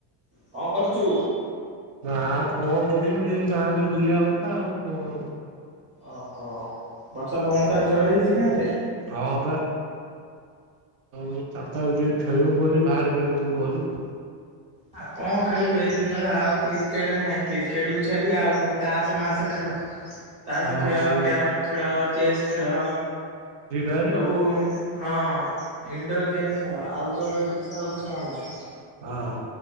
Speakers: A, on the right (about 15°); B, on the right (about 85°).
A: କଣ କରୁଚୁ?
B: ଗାଁ କଣ କରିବି ଏଇ ଗାଁରେ ବୁଲିବା କଥା ଆଉ କଣ?
A: ଓହୋ ବର୍ଷା ପବନ ତାହେଲେ ଜୋରେ ହେଇଚି ଗାଁରେ।
B: ହଁ ବା ମୁଁ ଚାରିଟାବେଳୁ ଟିକେ ଖେଲିବୁ ବୋଲି ବାହାରି ଫାରିବୁନୁ ଘରୁ
A: ଆଉ କଣ ଖେଳିବୁ ଏ ଦିନରେ ଆଉ କ୍ରିକେଟ ନାହିଁ କ୍ରିକେଟ କୁ ଛାଡିକି ଆଉ କଣ ତାସ ମାସ ଖେଳ ତାସ
B: ହଁ
A: ଖେଳ
B: ସେ
A: କ୍ୟାରମ ଖେଳ ଚେସ୍ ଖେଳ
B: ଫ୍ରି ଫାୟାରେ
A: ସବୁ ହଁ ଇନଣ୍ଡୋର୍ ଗେମ୍ ଖେଳ ଆଉଟ ଡୋରରେ କିଛି ଆଉ ଖେଳ ନାହିଁ।
B: ହଁ